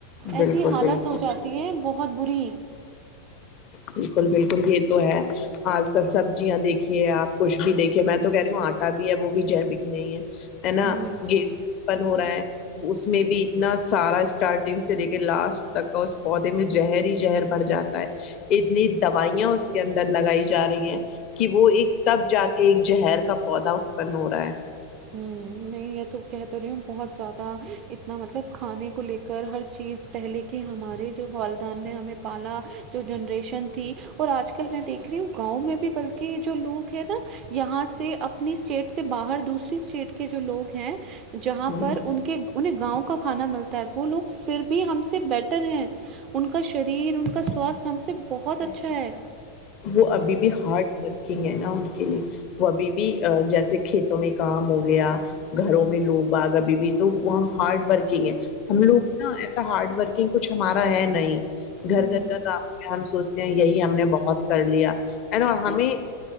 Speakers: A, on the left; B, on the right.
A: بالکل
B: ایسی حالت
A: بالکل
B: ہو جاتی ہے بہت بری
A: بالکل بالکل یہ تو ہے آج کل سبزیاں دیکھیے آپ کچھ بھی دیکھیے میں تو کہہ رہی ہوں آٹا بھی ہے وہ بھی جیویک نہیں ہے ہے نا
B: نہیں
A: گہوں بند ہو رہا ہے اس میں بھی اتنا سارا اسٹارٹ اس کے لاسٹ تک اس پودے میں زہر ہی زہر بڑ جاتا ہے اتنی دوائیاں اس کے اندر لگائی جا رہی ہیں کہ وہ ایک تب جا کے ایک زہر کا پودھا بند ہو رہا ہے
B: ہ نہیں یہ تو کہ تو رہی ہوں بہت زیادہ اتنا مطلب کھانے کو لے کر ہر چیز پہلے کی ہمارے جو والدین نے ہمیں پالا جو جنریشن تھی اور آج کل میں دیکھ رہی ہوں گاؤں میں بھی بلکہ جو لوگ ہے نا یہاں سے اپنی اسٹیٹ سے باہر دوسرے اسٹیٹ کے جو لوگ ہیں جہاں
A: ہ
B: پر ان کے انہیں گاؤں کا کھانا ملتا ہے وہ لوگ پھر بھی ہم سے بیٹر ہیں ان کا شریر ان کا سواستھ ہم سے بہت اچھا ہے
A: وہ ابھی بھی ہارڈ لگے گے نا ان کے لیے وہ ابھی بھی جیسے کھیتوں میں کام ہو گیا گھروں میں لوگ باغ ابھی بھی تو وہاں ہارڈ ورک ہم لوگ نا ایسا ہارڈ ورکنگ کچھ ہمارا ہے نہیں گھر
B: ہے۔ ہوں
A: گھر کا کام ہے ہم سوچتے ہیں یہی ہم نے بہت کر لیا ہیں نہ ہمیں
B: نہیں